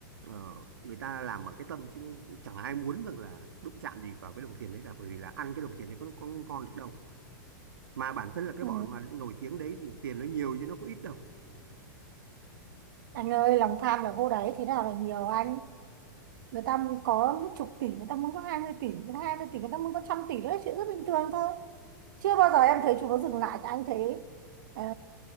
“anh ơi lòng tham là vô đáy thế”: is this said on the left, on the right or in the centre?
Right